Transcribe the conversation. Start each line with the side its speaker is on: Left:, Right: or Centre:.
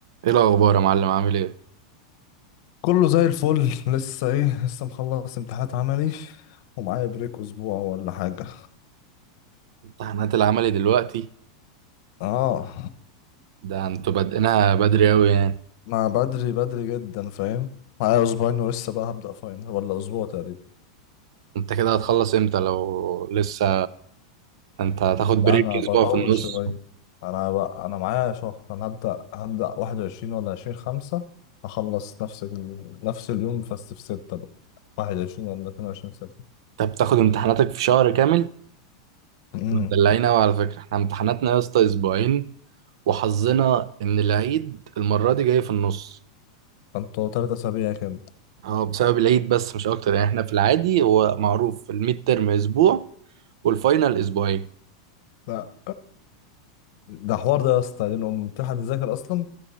Right: ايه الاخبار يا معلم عامل ايه
Left: كله زي الفل لسه ايه لسه مخلص امتحانات عملي ومعايا بريك اسبوع ولا حاجة
Right: امتحانات العملي دلوقتي
Left: اه
Right: ده انتوا بادئينها بدري اوي يعني
Left: ما بدري بدري جدا فاهم معايا اسبوعين ولسه بقى هبدأ فاينل ولا اسبوع تقريبا
Right: انت كده هتخلص امتى لو لسه انت هتاخد بريك
Left: لا انا
Right: اسبوع
Left: بطول
Right: في النص
Left: شوية انا بقى انا معايا شهر انا هبدأ هبدأ واحد وعشرين ولا عشرين خمسة اخلص نفس ال... نفس اليوم بس في ستة بقى واحد وعشرين ولا اتنين وعشرين ستة
Right: انت بتاخد امتحاناتك في شهر كامل
Left: امم
Right: مدلعين اوي على فكره احنا امتحاناتنا يا اسطى اسبوعين وحظنا ان العيد المره دي جاي في النص
Left: كنتوا تلات أسابيع كده
Right: هو بسبب العيد بس مش اكتر يعني احنا في العادي هو معروف الميد ترم اسبوع والفاينل اسبوعين
Left: لا ده حوار ده يا اسطى دي نقوم تلحق تذاكر أصلا